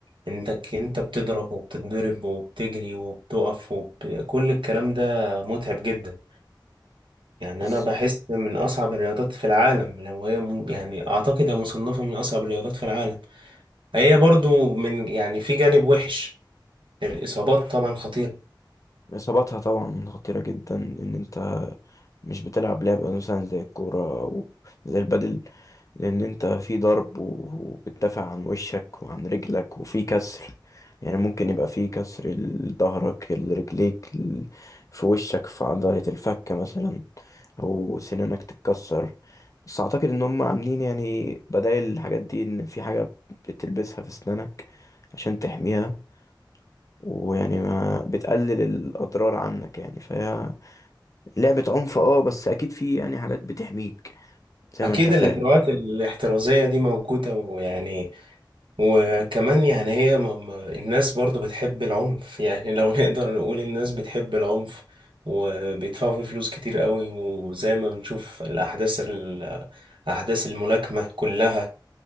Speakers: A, on the right; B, on the left.
A: انت انت بتضرب وبتتضرب وبتجري وبتقف وب... كل الكلام ده متعب جدا يعني
B: بس
A: انا بحس من اصعب الرياضات في العالم لو هي م... يعني اعتقد هي مصنفة من اصعب الرياضات في العالم هي برضو من يعني في جانب وحش الاصابات طبعا خطيرة
B: إصاباتها طبعا خطيرة جدا إن أنت مش بتلعب لعبة مثلا زي الكورة أو زي البادل لأن أنت في ضرب وبتدافع عن وشك وعن رجلك وفي كسر يعني ممكن يبقى في كسر لظهرك لرجليك ل- في وشك في عضلة الفك مثلا أو سنانك تتكسر بس أعتقد إن هم عاملين يعني بدايل الحاجات دي إن في حاجة بتلبسها في سنانك عشان تحميها ويعني ما بتقلل الأضرار عنك يعني فهي لعبة عنف اه بس اكيد في يعني حاجات بتحميك زي
A: أكيد
B: ما انت فاهم
A: الإجراءات الاحترازية دي موجودة ويعني وكمان يعني هي م... م... الناس برضو بتحب العنف يعني لو <laughs> نقدر نقول الناس بتحب العنف وبيدفعوا فيه فلوس كتير قوي وزي ما بنشوف الأحداث ال... أحداث الملاكمة كلها